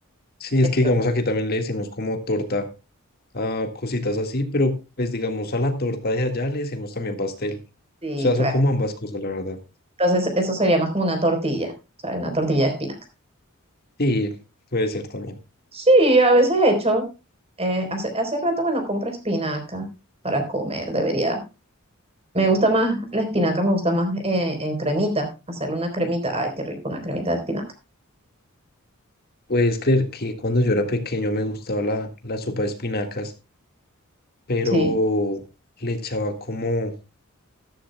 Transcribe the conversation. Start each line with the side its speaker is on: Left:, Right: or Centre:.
Left: Sí,
Right: Entonces,
Left: es que digamos aquí también le decimos como torta a cositas así, pero pues digamos a la torta de allá le decimos también pastel. O
Right: sí,
Left: sea,
Right: claro.
Left: son como ambas cosas, la verdad.
Right: Entonces, eso sería más como una tortilla, ¿sabes? Una tortilla de espinaca.
Left: Sí, Puede ser también.
Right: Sí, a veces he hecho. Eh, hace, hace rato, bueno, compro espinaca para comer, debería. Me gusta más, la espinaca me gusta más eh, en cremita, hacerle una cremita. Ay, qué rico, una cremita de espinaca.
Left: puedes creer que cuando yo era pequeño me gustaba la, la sopa de espinacas, pero
Right: Sí,
Left: le echaba como,